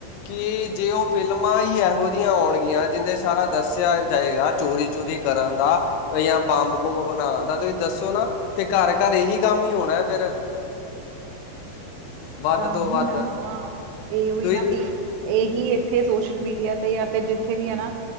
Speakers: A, on the left; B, on the right.
A: ਕਿ ਜੇ ਉਹ ਫਿਲਮ ਫਿਲਮਾਂ ਹੀ ਇਹੋ ਜਿਹੀਆਂ ਆਣਗੀਆਂ ਜਿੰਦੇ ਸਾਰਾ ਦੱਸਿਆ ਜਾਏਗਾ ਚੋਰੀ ਚੂਰੀ ਕਰਨ ਦਾ, ਜਾਂ ਬੰਬ ਬੁਬ ਬਣਾਉਣ ਦਾ, ਤੁਸੀਂ ਦੱਸੋ ਨਾ,, ਤੇ, ਘਰ ਘਰ ਇਹੀ ਕੰਮ ਹੀ ਹੋਣਾ ਫੇਰ। ਵੱਧ
B: ਤਾਂਹੀ
A: ਤੋਂ ਵੱਧ
B: ਨਾ ਇਹ ਉਹਾਂ
A: ਤੁਸੀਂ
B: ਹੀ ਨਾ ਬਈ ਇਹੀ ਇੱਥੇ ਸੋਸ਼ਲ ਮੀਡੀਆ ਤੇ ਜਾਂ ਫਿਰ ਜਿੱਥੇ ਵੀ ਹੈ ਨਾ